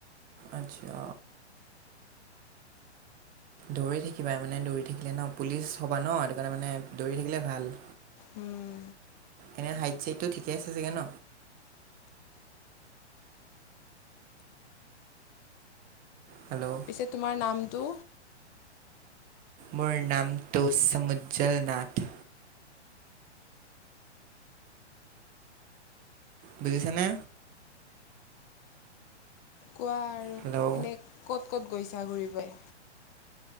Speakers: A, on the right; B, on the left.
A: আচ্ছা। দৌৰি থাকিবা মানে দৌৰি থাকিলে ন পুলিচ হবা ন সেইটো কাৰণে মানে দৌৰি থাকিলে ভাল।
B: উম।
A: এনে হাইট চাইডটো ঠিকে আছে চাগে ন। হেল্ল'।
B: পিছে তোমাৰ নামটো?
A: মোৰ নামটো চমুজ্জল নাথ। বুজিছানে?
B: কোৱা আৰু
A: হেল্ল'
B: এনেই ক'ত ক'ত গৈছা ঘূৰিবই?